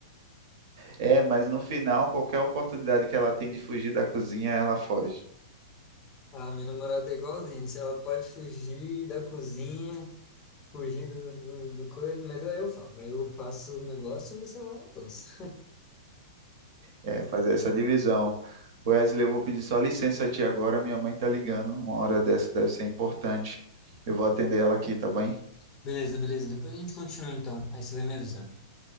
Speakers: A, on the right; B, on the left.
A: É, mas no final, qualquer oportunidade que ela tem de fugir da cozinha, ela foge.
B: Ah, minha namorada é igualzinha. Se ela pode fugir da cozinha, fugir do, do, do coisa, mas aí eu falo. Aí eu faço o negócio e você lava a louça.
A: É, fazer essa divisão. Wesley, eu vou pedir só licença a ti agora, minha mãe tá ligando. Uma hora dessa deve ser importante. Eu vou atender ela aqui, tá bem?
B: <laughs> Beleza, beleza. Depois a gente continua então. Aí você vai me avisando.